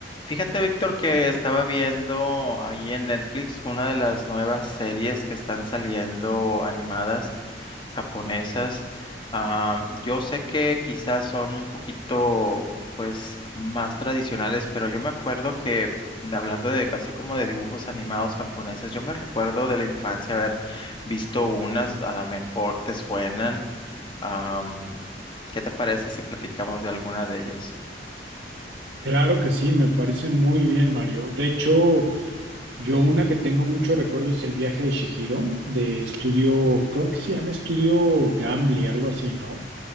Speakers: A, on the left; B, on the right.
A: Fíjate, Víctor, que estaba viendo ahí en Netflix una de las nuevas series que están saliendo animadas japonesas. Ah, yo sé que quizás son un poquito, pues, más tradicionales, pero yo me acuerdo que, hablando de, así como de dibujos animados japoneses, yo me recuerdo de la infancia haber visto unas, a lo mejor te suenan. Am, ¿qué te parece si platicamos de alguna de ellas?
B: Claro que sí, me parece muy bien, Mario. De hecho, yo una que tengo muchos recuerdos es el viaje de Chihiro, de estudio, creo que se llama Estudio Gambly, algo así, ¿no?